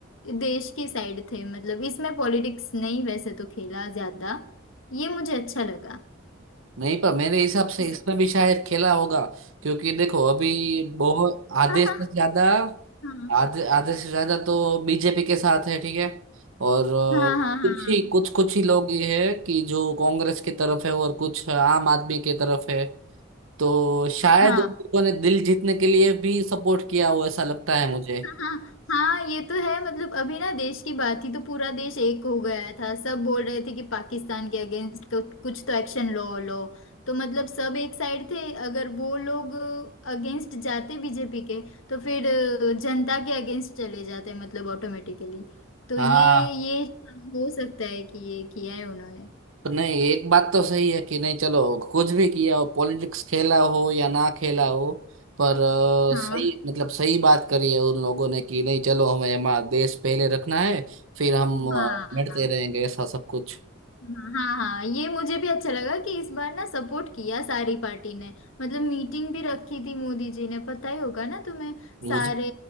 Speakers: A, on the left (about 75°); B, on the right (about 80°).
A: देश की साइड थे मतलब इसमें पॉलिटिक्स नहीं वैसे तो खेला ज्यादा ये मुझे अच्छा लगा
B: नहीं पर मेरे हिसाब से
A: सब-
B: इसमें भी शायद खेला होगा क्योंकि देखो अभी बहुत आधे
A: हाँ
B: से
A: हाँ
B: ज्यादा
A: हाँ
B: आधे आधे से ज्यादा तो बीजेपी के साथ है ठीक है और अ,
A: हाँ हाँ हाँ
B: कुछ ही कुछ कुछ ही लोग ये है कि जो कांग्रेस की तरफ है और कुछ आम आदमी की तरफ है तो शायद
A: हाँ
B: उन लोगों ने दिल जीतने के लिए भी सपोर्ट किया हो ऐसा लगता है मुझे
A: हाँ हाँ ये तो है मतलब अभी ना देश की बात थी तो पूरा देश एक हो गया था सब बोल रहे थे कि पाकिस्तान के अगेंस्ट कुछ तो एक्शन लो लो तो मतलब सब एक साइड थे अगर वो लोग अगेंस्ट जाते बीजेपी के तो फिर अ, जनता के अगेंस्ट चले जाते मतलब ऑटोमेटिकली तो
B: हाँ
A: ये ये हो सकता है कि ये किया है उन्होंने
B: तो नहीं एक बात तो सही है कि नहीं चलो कुछ भी किया हो पॉलिटिक्स खेला हो या ना खेला हो पर अ,
A: हाँ
B: सही मतलब सही बात करी है उन लोगों ने कि नहीं चलो हमें हमारा देश पहले रखना है फिर हम अ,
A: हाँ
B: लड़ते रहेंगे ऐसा सब कुछ
A: हाँ हाँ हाँ, ये मुझे भी अच्छा लगा कि इस बार ना सपोर्ट किया सारी पार्टी ने मतलब मीटिंग भी रखी थी मोदी जी ने पता ही होगा ना तुम्हें
B: मुझे
A: सारे